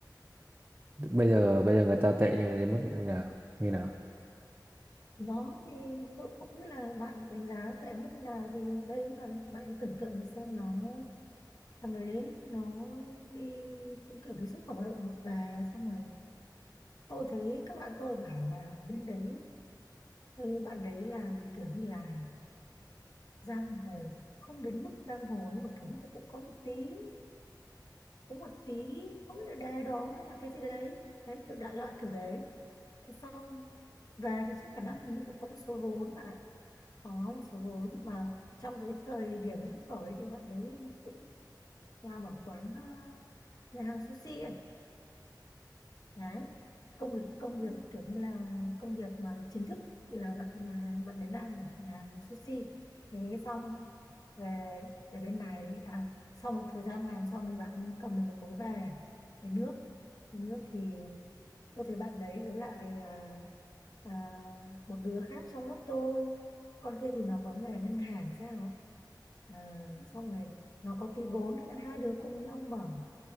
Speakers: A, on the right (about 30°); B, on the left (about 55°).
A: Bây giờ bây giờ người ta tệ như đến mức như nào? Như nào?
B: nó thì tôi không biết là bạn đánh giá tệ mức nào thì đây bạn bạn cứ tưởng tượng một xem nó thằng đấy nó đi cũng kiểu đi xuất khẩu lao động Nhật về xong rồi tôi thấy các bạn tôi bảo là ở bên đấy ừ, bạn đấy làm kiểu như là giang hồ thì không đến mức giang hồ nhưng mà kiểu như là cũng có một tí có một tí không biết là đề đóm hay là cái gì đấy đấy kiểu đại loại kiểu đấy thế xong về thì chắc khả năng hình như cũng có một số vốn bạn ạ có một số vốn mà trong cái thời điểm cái xuất khẩu đấy thì bạn đấy cũng làm ở quán à, nhà hàng sushi ấy đấy công việc công việc kiểu như là công việc mà chính thức là bạn là bạn đấy làm ở nhà sushi thế xong về về bên này à sau một thời gian làm xong thì bạn cầm được một mối về về nước về nước thì tôi thấy bạn đấy với lại à, à, một đứa khác trong lớp tôi con kia thì nó có nghề ngân hàng sao à, xong rồi nó có tí vốn thế là hai đứa cùng nhau mở